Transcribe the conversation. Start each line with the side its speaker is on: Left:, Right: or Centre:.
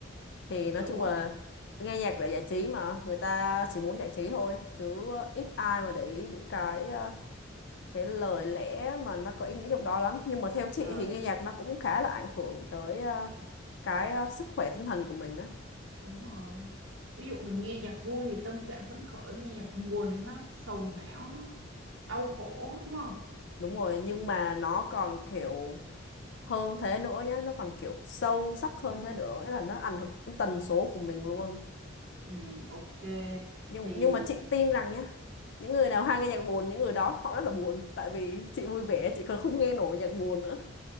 Left: thì nói
Right: kiểu
Left: chung
Right: vậy
Left: là nghe nhạc là giải trí mà người ta chỉ muốn giải trí thôi chứ ít ai mà để ý những cái ờ, cái lời lẽ mà nó có ý nghĩa trong đó lắm nhưng mà theo chị
Right: trời
Left: thì nghe nhạc nó cũng khá là ảnh hưởng tới ờ, cái ờ, sức khỏe tinh thần của mình á
Right: đúng rồi ví dụ mình nghe nhạc vui thì tâm trạng phấn khởi nghe nhạc buồn thì nó sầu não nó đau khổ đúng không
Left: đúng rồi nhưng mà nó còn kiểu hơn thế nữa nhá nó còn kiểu sâu sắc hơn thế nữa nghĩa là nó ảnh hưởng đến tần số của mình luôn
Right: ừ ok
Left: nhưng
Right: thì
Left: nhưng mà chị tin rằng nhá những người nào hay nghe nhạc buồn những người đó họ rất là buồn tại vì chị vui vẻ chị còn không nghe nổi nhạc buồn nữa